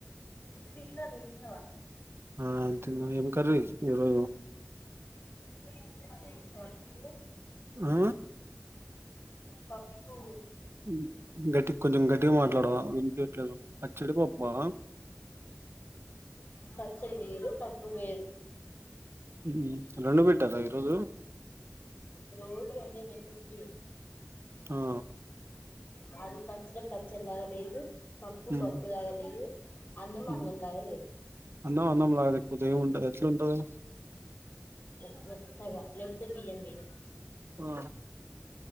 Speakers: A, on the left (about 55°); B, on the right (about 60°).
A: తిన్నా నువ్వు తిన్నావా.
B: ఆ తిన్న ఏం కర్రీ చేశిర్రు ఈరోజూ.
A: <unintelligible>
B: ఆ
A: పప్పూ
B: ఉ గట్టి కొంచెం గట్టిగ మాట్లాడవా వినిపియట్లేదు పచ్చడి పప్పా.
A: పచ్చడి వేరు పప్పు వేరు.
B: ఊ రొండు పెట్టారా ఈరోజూ.
A: రోజు రెండే పెట్టిద్ధి.
B: ఆ
A: అది పచ్చడి పచ్చల్లాగ లేదు పప్పు
B: మ్మ్.
A: పప్పులాగా లేదూ. అన్నం అన్నంలాగా
B: మ్మ్.
A: లేదు.
B: అన్నం అన్నంలాగా లేకపోతే ఏం ఉంటది ఎట్లుంటది.
A: ఓ మెత్తగా లేపోతే బియ్యం బియ్యం.
B: ఆ